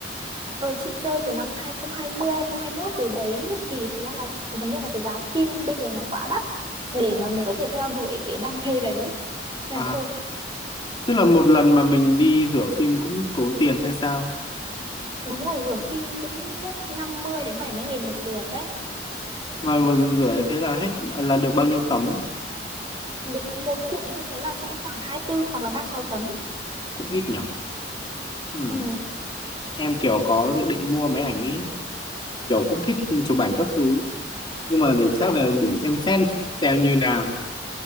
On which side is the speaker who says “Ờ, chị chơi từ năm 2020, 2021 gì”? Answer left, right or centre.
Right